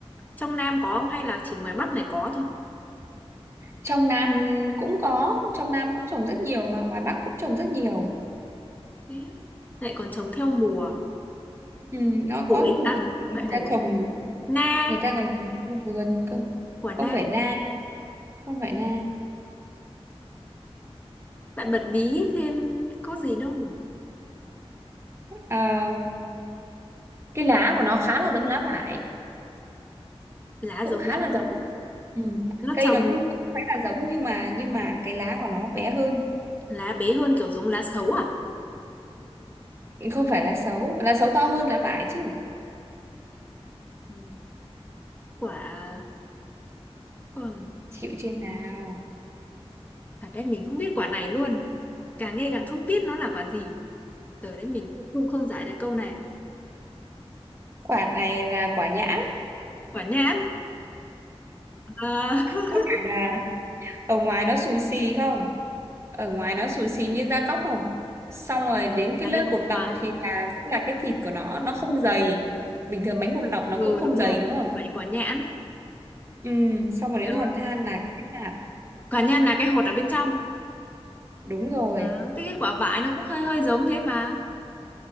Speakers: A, on the left (about 15°); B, on the right (about 25°).
A: trong Nam có không hay là chỉ ngoài Bắc này có thôi
B: trong Nam cũng có trong Nam cũng trồng rất nhiều mà ngoài Bắc cũng trồng rất nhiều
A: Thế á. lại còn trồng theo mùa
B: ừ, nó
A: ổi
B: có
A: à
B: một
A: không
B: người
A: phải ổi
B: ta trồng
A: na
B: người ta còn trồng ở vườn cơ
A: quả na
B: không phải na không phải na
A: bạn bật bí thêm có gì đâu nhỉ?
B: Ờ, cái lá của nó khá là giống lá vải
A: lá
B: cũng
A: giống
B: khá
A: lá
B: là
A: vả.
B: giống ừ.
A: nó
B: cây
A: trồng
B: nó cũng cũng khá là giống nhưng mà nhưng mà cái lá của nó bé hơn
A: lá bé hơn kiểu giống lá xấu à
B: không phải lá sấu lá sấu to hơn lá vải chứ
A: Ừ. quả còn
B: chịu trên nào
A: thật đấy mình không biết quả này luôn càng nghe càng không biết nó là quả gì tới đấy mình cũng không không giải được câu này
B: quả này là quả nhãn
A: quả nhãn à, <laughs>
B: có phải là ở ngoài nó xù xì không ở ngoài nó xù xì như da cóc không xong rồi đến cái
A: là
B: lớp
A: cái vỏ
B: bột
A: ngoài
B: lọc thì là sẽ là cái thịt của nó nó không dày bình thường bánh bột lọc nó
A: ừ
B: cũng không
A: đúng
B: dày
A: rồi
B: đúng không
A: vậy quả nhãn
B: ừ xong rồi
A: Trời
B: đến
A: ơi
B: hòn than là cái hạt
A: quả nhãn là cái hột ở bên trong
B: đúng rồi
A: à, thế cái quả vải nó cũng hơi hơi giống thế mà